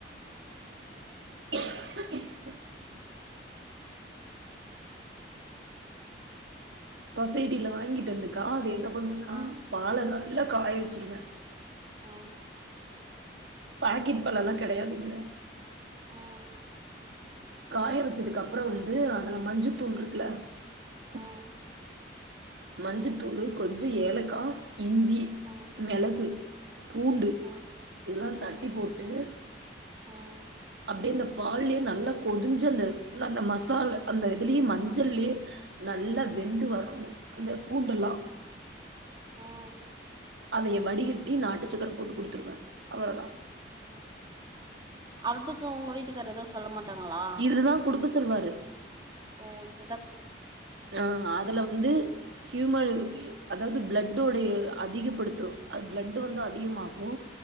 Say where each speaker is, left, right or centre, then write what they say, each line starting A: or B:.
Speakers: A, on the right (about 80°); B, on the right (about 25°).
A: <unintelligible> சொசைட்டில வாங்கிட்டு வந்துக்கா அது என்ன பண்ணுனா
B: ஆ
A: பால நல்லா காயவச்சுருவே
B: ஆ
A: பாக்கெட் பால்லலா கெடையாது இங்க
B: ம்
A: காய வச்சதுக்கப்பறொ வந்து அதுல மஞ்ச தூள் இருக்குல உம்
B: ம்
A: மஞ்சதூளு கொஞ்சொ ஏலக்கா இஞ்சி
B: ம்
A: மெளகு பூண்டு
B: ம்
A: இதெல்லா தட்டி
B: ம்
A: போட்டு
B: ம்
A: அப்டியே இந்த பால்லயே நல்லா கொதிஞ்சு அந்த உள்ள அந்த மசால் அந்த இதுலயே மஞ்சள்ளயே நல்லா
B: ம்
A: வெந்து
B: ம்
A: வரனு அந்த பூண்டலா
B: ம்
A: அந்த எம் வடிகட்டி நாட்டு சக்கர போட்டு குடுத்துருவே அவ்வளோதா
B: ஆ அதுக்கு உங்க வீட்டுக்காரரூ ஏதோ சொல்லமாட் டாங்களா
A: இதுதா குடுக்க சொல்வாரு
B: ஓ இது தா
A: ஆ அதுல வந்து ஹியூமல் அதாவது பிளட்டோடைய அதிகப்படுத்து அது பிளட் வந்து அதிகமாகு